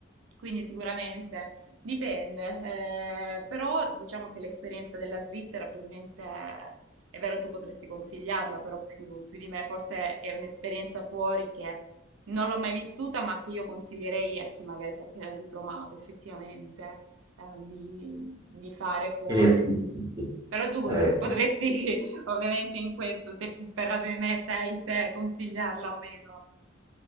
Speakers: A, on the right (about 70°); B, on the right (about 20°).
A: quindi sicuramente dipende, eh, però diciamo che l'esperienza della Svizzera probabilmente è vero, tu potresti consigliarla, però più, più di me, forse è un'esperienza fuori che non l'ho mai vissuta, ma che io consiglierei a chi magari si è appena diplomato effettivamente eh, di, di fare fuori.
B: Eh sì, sì, sì.
A: Però tu
B: Eh,
A: eh, potresti,
B: sì.
A: <laughs> ovviamente in questo, se più ferrato di me sei, se consigliarla o meno.